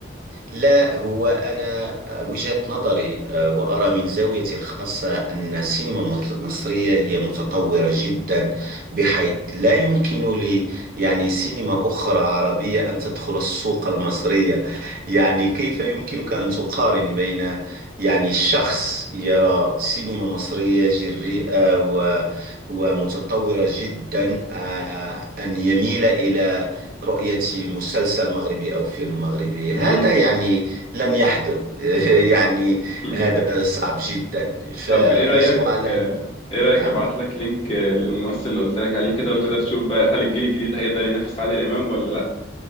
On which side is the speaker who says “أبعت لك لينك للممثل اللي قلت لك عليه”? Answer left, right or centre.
Left